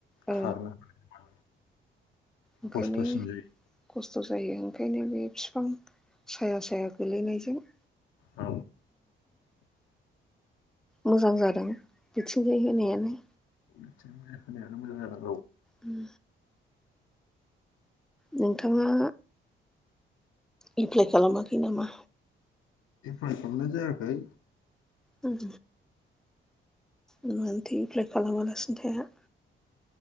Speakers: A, in the centre; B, on the left.
A: औ
B: खारनो ह
A: ओंखायनो
B: खस्थ'सिन जायो।
A: खस्थ' जायो ओंखायनो बे बिफां साया साया गोलैनायजों <inaudible>
B: औ
A: मोजां जादों बिथिंजाय होनायानो।
B: <inaudible>
A: उम नोंथाङा एप्लाइ खालामाखै नामा?
B: आं खालामनाय जायाखै।
A: उम मानोथो एप्लाइ खालामालासिनो थाया?